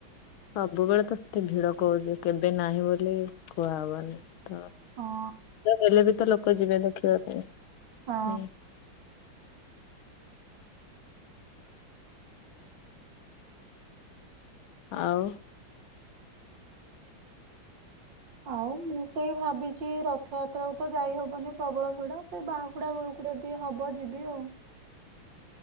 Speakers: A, on the left; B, on the right.
A: ସବୁବେଳେ ତ ସେଠି ଭିଡ କହୁଛି କେବେ ନାହିଁ ବୋଲି କୁହା ହବନି। ତ
B: ହଁ
A: ହେଲେ ବି ତ ଲୋକ ଯିବେ ଦେଖିବା ପାଇଁ।
B: ହଁ।
A: ହୁଁ। ଆଉ।
B: ଆଉ ମୁଁ ସେଇ ଭାବିଛି ରଥଯାତ୍ରାକୁ ତ ଯାଇ ହବନି ପ୍ରବଳ ଭିଡ଼ ସେଇ ବାହୁଡା ବେଳକୁ ଯଦି ହବ ଯିବି ଆଉ।